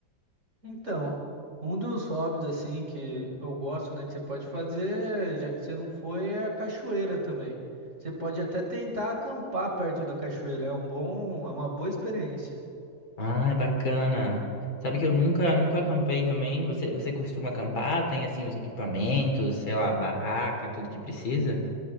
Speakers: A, on the right (about 35°); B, on the left (about 85°).
A: Então, um dos hobbies assim que eu gosto, né, que você pode fazer, já que você não foi, é a cachoeira também. Você pode até tentar acampar perto da cachoeira, é um bom, é uma boa experiência.
B: Ai, bacana. Sabe que eu nunca, nunca acampei também? Você, você costuma acampar? Tem assim os equipamentos, sei lá, barraca, tudo que precisa?